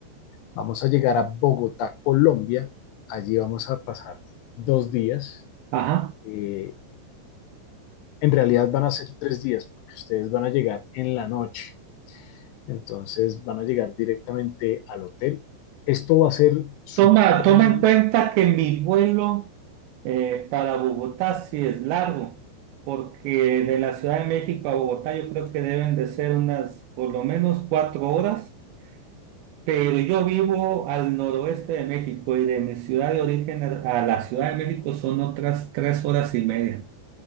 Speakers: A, on the left (about 80°); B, on the right (about 80°).
A: Vamos a llegar a Bogotá, Colombia. Allí vamos a pasar dos días
B: Ajá.
A: Eh, en realidad van a ser tres días, porque ustedes van a llegar en la noche, entonces van a llegar directamente al hotel. Esto va a ser supremo.
B: Toma, toma en cuenta que mi vuelo eh, para Bogotá sí es largo, porque de la Ciudad de México a Bogotá yo creo que deben de ser unas por lo menos cuatro horas, pero yo vivo al noroeste de México y de mi ciudad de origen a a la Ciudad de México son otras tres horas y media.